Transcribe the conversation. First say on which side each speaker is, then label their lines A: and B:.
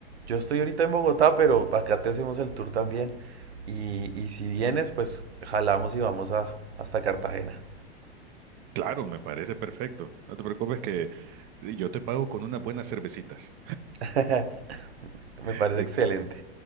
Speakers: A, on the right; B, on the right.
A: Yo estoy ahorita en Bogotá, pero acá te hacemos el tour también. Y, y si vienes, pues jalamos y vamos a, hasta Cartagena.
B: Claro, me parece perfecto. No te preocupes que yo te pago con unas buenas cervecitas.
A: <laughs>
B: <laughs>
A: Me parece excelente.